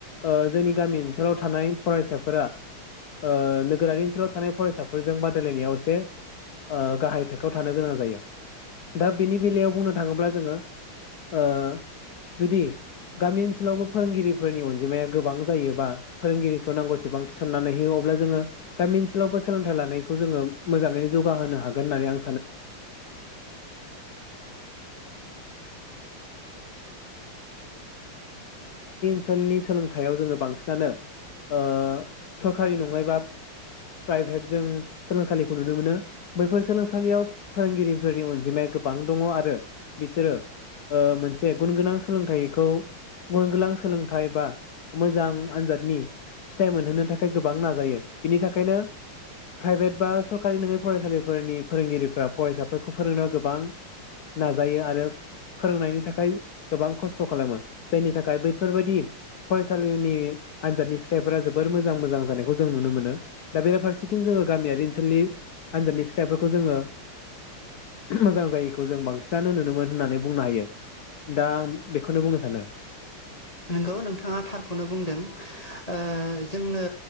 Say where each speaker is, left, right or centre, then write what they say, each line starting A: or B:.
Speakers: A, on the left; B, on the left.
A: ओह जोंनि गामि ओनसोलाव थानाय फरायसाफोरा ओह नोगोरारि ओनसोलाव थानाय फरायसाफोरजों बादायलायनायाव एसे ओह गाहाय थाखोआव थानो गोनां जायो दा बेनि बेलायाव बुंनो थाङोब्ला जोङो ओह जुदि गामि ओनसोलावबो फोरोंगिरि फोरनि अनजिमाया गोबां जायोबा फोरोंगिरिखौ नांगौसेबां थिसननानै होयो अब्ला जोङो गामि ओनसोलावबो सोलोंथाइ लानायखौ जोङो मोजाङैनो जौगाहोनो हागोन होन्नानै आं सानो ओनसोलनि सोलोंथाइयाव जोङो बांसिनानो ओह सरकारि नङायबा प्राइभेट जों सोलोंसालिखौ नुनो मोनो बैफोर सोलोंसालियाव फोरोंगिरिफोरनि अनजिमाया गोबां दङ आरो बिसोरो ओह मोनसे गुन गोनां सोलोंथाइखौ गुन गोनां सोलों बा मोजां आनजादनि फिथाइ मोनहोनो थाखाय गोबां नाजायो बिनि थाखायनो प्राइभेट बा सरकारि नङै फरायसालिफोरनि फोरोंगिरिफोरा फरायसाफोरखौ फोरोंनायाव गोबां नाजायो आरो फोरोंनायनि थाखाय गोबां खस्थ' खालामो। जायनि थाखाय बैफोरबायदि फरायसालिनि आनजादनि फिथाइफोरा जोबोर मोजां मोजां जानायखौ जों नुनो मोनो दा बेरफारसेथिं जोङो गामियारि ओनसोलनि आनजादनि फिथाइफोरखौ जोङो मोजां जायैखौ जों बांसिनानो नुनो मोन होननानै बुंनो हायो दा आं बेखौनो बुंनो सानो।
B: नोंगौ नोंथाङा थारखौनो बुंदों। ओह जोंनो